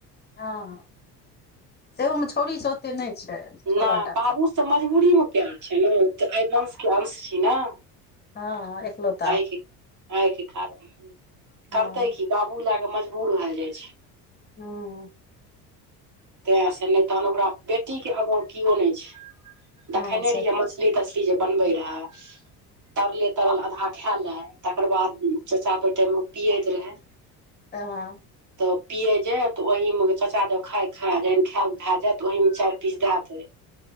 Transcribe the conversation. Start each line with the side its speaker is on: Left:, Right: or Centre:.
Left: हँ सेहोमे छोड़ी <unintelligible> नहि छै छौड़ा
Right: नहि
Left: टा
Right: बाबू
Left: सँ
Right: त मजबूरी मे प्यार छै ने तऽ ए वंश के अंश छी ने
Left: हँ एक लोग
Right: एहिके एहिके कारण
Left: हँ
Right: करतै की बाबू लए कऽ मजबूर भए जाइ छै
Left: हँ।
Right: तें से नहि तहन ओकरा बेटी के आगा किओ नहि छै देखैयने
Left: हँ से
Right: रहियै मछली तछली जे
Left: हँ
Right: बनबै रहय तरले तरल आधा खायए लैय तकर बाद चच्चा त ओहि टाइम मे पियैत रहै
Left: तऽ हँ <unintelligible>
Right: तऽ पिये जे तऽ ओह मे चाचा जो खाय खा <unintelligible> दे खायल भए जायत ओहि मे चारि पीस द देते